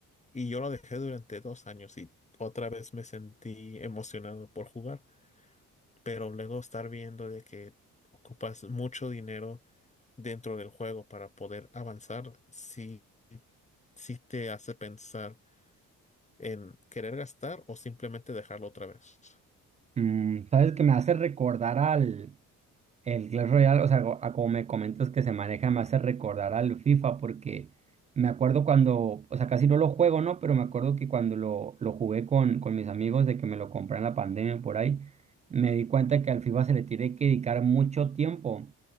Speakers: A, on the left; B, on the right.
A: Y yo lo dejé durante dos años y otra vez me sentí emocionado por jugar, pero luego estar viendo de que ocupas mucho dinero dentro del juego para poder avanzar, sí, sí te hace pensar en querer gastar o simplemente dejarlo otra vez.
B: Mm, ¿sabes? Que me hace recordar al, El Clash Royale, o sea, go- a como me comentas que se maneja, me hace recordar al FIFA porque me acuerdo cuando, o sea, casi no lo juego, ¿no? Pero me acuerdo que cuando lo, lo jugué con, con mis amigos de que me lo compré en la pandemia por ahí, me di cuenta que al FIFA se le tiene que dedicar mucho tiempo